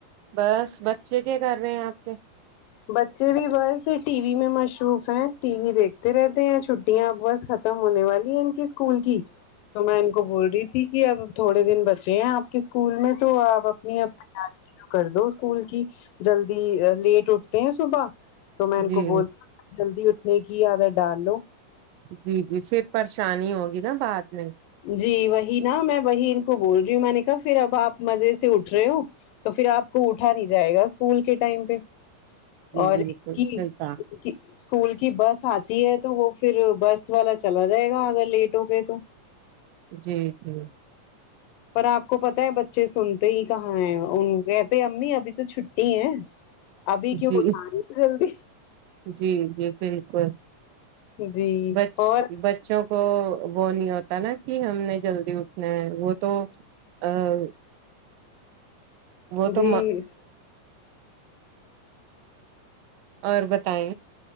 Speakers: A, on the right (about 80°); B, on the left (about 80°).
A: بس بچے کیا کر رہے ہیں اپ کے
B: بچے بھی بس ٹی وی میں مشروف ہیں ٹی وی دیکھتے رہتے ہیں چھٹیاں اب بس ک ختم ہونے والی ہے ان کی اسکول کی تو میں ان
A: جی
B: کو بول رہی تھی کہ اب تھوڑے دن بچے ہیں اپ کے اسکول میں تو اپ اپنی اب کر دو اسکول کی جلدی لیٹ اٹھتے ہیں صبح تو میں ان
A: جی
B: کو بولتی ہوں جلدی اٹھنے کی عادت ڈال لو
A: جی جی پھر پریشانی ہوگی نا بعد میں
B: جی وہی نا میں وہی ان کو بول رہی ہوں میں نے کہا پھر اب اپ مزے سے اٹھ رہے ہو تو پھر اپ کو اٹھا نہیں جائے گا اسکول کے ٹائم پہ
A: جی
B: اور
A: بالکل
B: کی
A: صحیح کہا
B: کہ اسکول کی بس اتی ہے تو وہ پھر بس والا چلا جائے گا اگر لیٹ ہو گئے تو
A: جی جی
B: پر اپ کو پتا ہے بچے سنتے ہی کہاں ہیں ان کو کہتے امی ابھی تو چھٹی ہے ابھی کیوں
A: جی
B: اھ رہی ہے جلدی
A: جی جی بالکل
B: جی
A: بچ
B: اور
A: بچ بچوں کو وہ نہیں ہوتا نا کہ ہم نے جلدی اٹھنا ہے وہ تو ا وہ تو
B: جی
A: اور بتائ